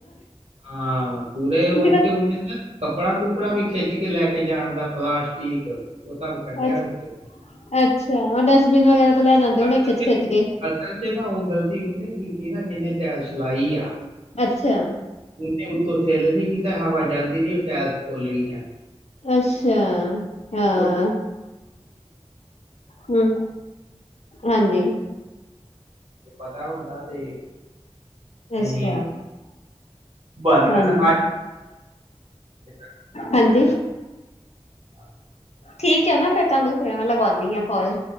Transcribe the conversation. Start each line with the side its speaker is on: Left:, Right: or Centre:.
Right: ਹਾਂ ਪੂਰੇ ਉੱਤੇੇ
Left: ਜਿਹੜਾ
Right: ਉਨੇ ਨਾ ਕੱਪੜਾ ਕੁਪੜਾ ਵੀ ਖਿੱਚ ਕੇ ਲੈ ਕੇ ਜਾਣ ਦਾ ਪਲਾਸਟਿਕ ਉਹਤਾ ਵੀ ਕੱਢਿਆ
Left: ਅੱਛਾ
Right: ਵਿੱਚੋ।
Left: ਅੱਛਾ ਉਹ ਡਸਟਬਿਨ ਵਗੈਰਾ ਤੋਂ ਲੈ ਜਾਂਦੇ ਹਣੇ
Right: ਅਸਲ
Left: ਖਿੱਚ-ਖਿੱਚ
Right: ਚ
Left: ਕੇ।
Right: ਅਸਲ ਚ ਨਾ ਉਹ ਗ਼ਲਤੀ ਉਹਨੇ ਕੀਤੀ ਨਾ ਜਿਹਨੇ ਟੈਲਸ ਲਾਈ ਆ।
Left: ਅੱਛਾ।
Right: ਨੇ ਉੱਤੋ ਸਿਲ ਨੀ ਕੀਤਾ ਹਵਾ ਜਾਂਦੀ ਰਹੀ ਉਹ ਟਾਇਰਸ ਫੁਲ ਗਈਆ।
Left: ਅੱਛਾ। ਹਾਂ
Right: <inaudible> <unintelligible>
Left: ਹਮ ਹਾਂਜੀ
Right: ਜੇ ਪਤਾ ਹੁੰਦਾ ਤੇ
Left: <inaudible>
Right: ਅਸੀਂ ਬੰਦ
Left: ਹਾਂਜੀ
Right: ਕਰਦਾ <inaudible>
Left: ਹਾਂਜੀ
Right: <inaudible>
Left: ਠੀਕ ਹੈ ਨਾ ਫਿਰ ਤੁਹਾਨੂੰ ਫੇਰ ਮੈਂ ਲਗਾਉਂਦੀ ਹਾਂ ਕੋਲ